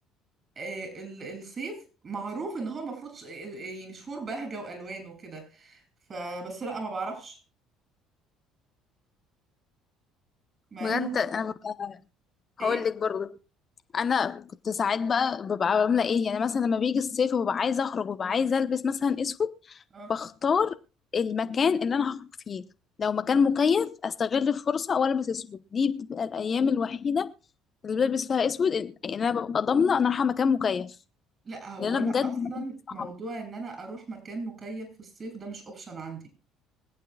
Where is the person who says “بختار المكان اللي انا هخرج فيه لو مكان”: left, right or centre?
Left